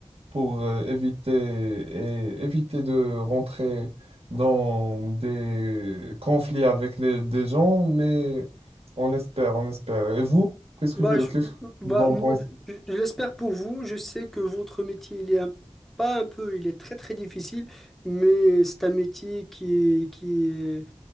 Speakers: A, on the right (about 60°); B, in the centre.
A: pour euh, éviter, et éviter de rentrer dans des conflits avec les, des gens, mais on espère, on espère. Et vous, qu'est-ce
B: Bah,
A: que tu,
B: je,
A: qu'est-ce que
B: bah,
A: vous en
B: moi,
A: pensez?
B: je- je l'espère pour vous. Je sais que votre métier, il est un- pas un peu, il est très très difficile, mais c'est un métier qui est, qui est,